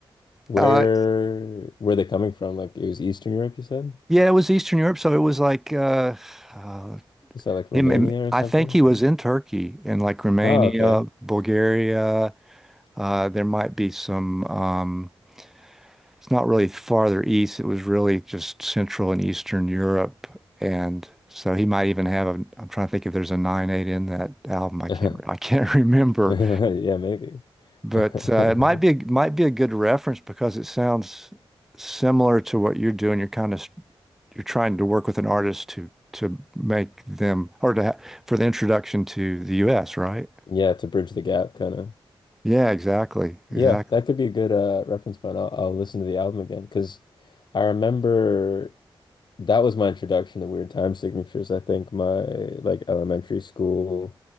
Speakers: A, on the left; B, in the centre.
A: where,
B: Uh,
A: where are they coming from? Like it was Eastern Europe, you said?
B: yeah, it was Eastern Europe, so it was like uh, uh,
A: Was that like Romania
B: him. and-
A: or
B: I
A: something?
B: think he was in Turkey and like Romania,
A: Oh, okay.
B: Bulgaria. Uh, there might be some. Um, it's not really farther east. It was really just Central and Eastern Europe. And so he might even have a, I'm trying to think if there's a nine eight in that album. I can't,
A: <laughs>
B: I can't <laughs> remember,
A: Yeah, maybe.
B: but
A: <laughs>
B: uh, it might be, might be a good reference because it sounds similar to what you're doing. You're kind of, you're trying to work with an artist to, to make them, or to, ha for the introduction to the US, right?
A: Yeah, to bridge the gap, kind of.
B: Yeah, exactly. Exactly.
A: Yeah, that could be a good uh reference point. I'll, I'll listen to the album again because I remember that was my introduction to Weird Time Signatures. I think my like elementary school